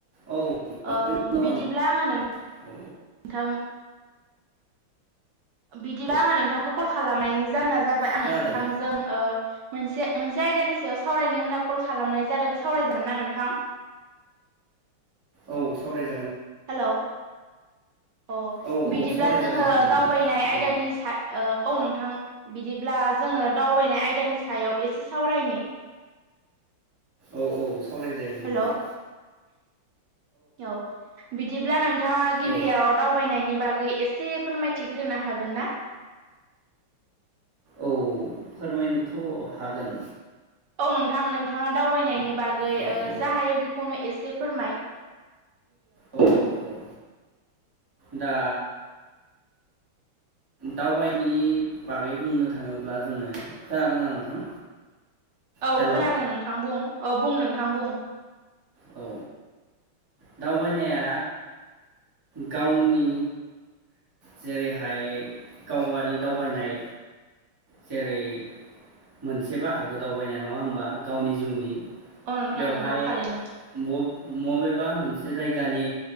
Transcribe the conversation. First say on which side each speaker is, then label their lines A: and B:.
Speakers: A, on the right (about 30°); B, on the right (about 70°).
A: औ मोजाङैनो
B: अ बिदिब्ला
A: दङ
B: आङो नों
A: औ
B: थां बिदिबा
A: औ
B: आङो नोंथांखौ कल खालामनायनि जाहोना जाबाय आं
A: खोनादों
B: नोंथांजों ओ मोनसे मोनसे आयदानि सायाव सावरायनो होनना कल खालामनाय जादों सावरायजागोन ना नोंथां?
A: औ सावराय जा
B: हेल अ
A: औ औ
B: बिदिब्ला
A: सावरायजागोन
B: जोङो
A: नोंथां
B: दावबायनाय आयदानि
A: औ
B: सायाव अ। औ नोंथां बिदिब्ला जोङो दावबायनाय आयदानि सायाव एसे सावरायनि।
A: औ औ सावरायजायो
B: हेलौ
A: नोंथां।
B: औ बिदिब्ला नोंथाङा गिबियाव
A: औ
B: दावबायनायनि बाग एसे फोरमायथिग्रोनो हागोन ना?
A: औ फोरमायनो हागोन
B: औ नोंथां नोंथाङा दावबायनायनि बागै
A: औ
B: ओ
A: औ
B: जा हायो बेखौनो एसे फोरमाय‌
A: औ औ औ दा दावबायनि बागै बुंनो थाङोब्ला जोङो खोनादोंना नोंथां?
B: औ
A: हेलौ
B: खोनादों नोंथां बुं औ बुं नोंथां बुं।
A: औ। दावबायनाया गावनि जेरैहाय गावारि दावबायनाय जेरै मोनसे बाहागो‌ दाव बायनाय नङा होमबा गावनि जिउनि
B: औ नोंथां
A: बेवहाय
B: नंगौ थारैनो
A: बब मबेबा मोनसे जायगानि